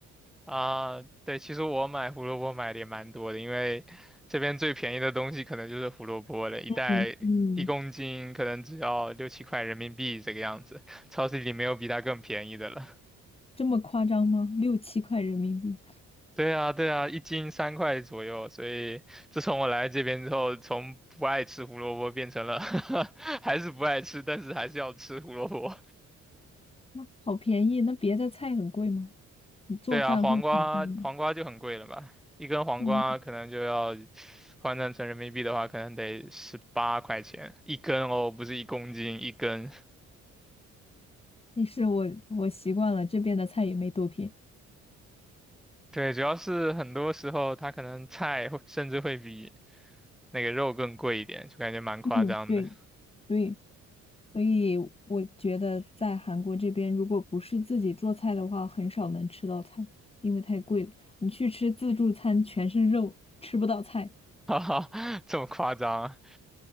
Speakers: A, in the centre; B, on the left.
A: 啊，对，其实我买胡萝卜买的也蛮多的，因为这边最便宜的东西可能就是胡萝卜了，一袋一公斤可能只要六七块人民币这个样子，
B: 嗯，嗯，
A: 超市里没有比它更便宜的了。<laughs>
B: 这么夸张吗？六七块人民币，
A: 对啊，对啊，一斤三块左右，所以自从我来这边之后，从不爱吃胡萝卜变成了 <laughs> 还是不爱吃，但是还是要吃胡萝卜。
B: 那好便宜。那别的菜很贵吗？你做饭会很贵吗？
A: 对啊，黄瓜黄瓜就很贵了吧？一根黄瓜可能就要
B: 嗯，
A: 换算成人民币的话，可能得十八块钱一根哦，不是一公斤一根。
B: 也是我我习惯了，这边的菜也没多便宜。
A: 对，主要是很多时候它可能菜会甚至会比那个肉更贵一点，就感觉蛮夸张的。
B: 嗯，对对。所以我觉得在韩国这边，如果不是自己做菜的话，很少能吃到菜，因为太贵了。你去吃自助餐，全是肉，吃不到菜。
A: <laughs> 哈哈，这么夸张